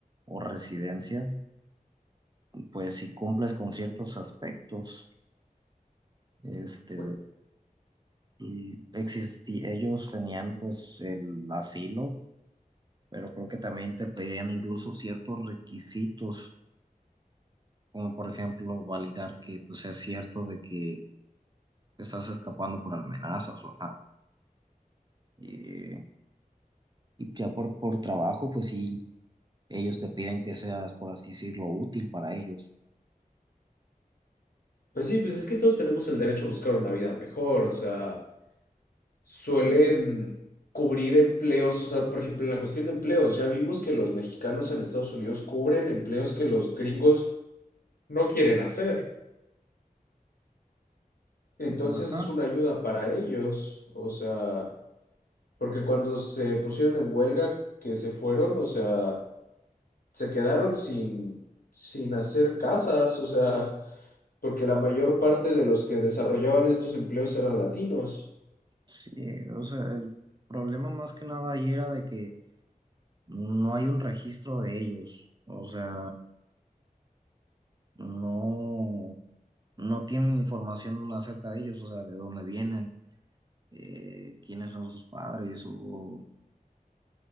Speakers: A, on the right; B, on the left.
A: o residencias, pues si cumples con ciertos aspectos, este,
B: Pues,
A: y existi- ellos tenían pues el asilo pero creo que también te pedían incluso ciertos requisitos como por ejemplo validar que pues sea cierto de que estás escapando por amenazas o ajá. Eh, y ya por, por trabajo, pues sí, ellos te piden que seas, por así decirlo, útil para ellos.
B: pues sí, pues es que todos tenemos el derecho a buscar una vida mejor, o sea. suelen
A: Sí, pues,
B: cubrir empleos, o sea, por ejemplo, en la cuestión de empleos, ya vimos que los mexicanos en Estados Unidos cubren empleos que los gringos no quieren hacer. Entonces
A: sí, ajá,
B: es una ayuda para ellos, o sea, porque cuando se pusieron en huelga, que se fueron, o sea, se quedaron sin, sin hacer casas, o sea, porque la mayor parte de los que desarrollaban estos empleos eran latinos.
A: sí, o sea, el problema más que nada ahí era de que no hay un registro de ellos, o sea, no, no tienen información acerca de ellos, o sea, de dónde vienen, eh, quiénes son sus padres o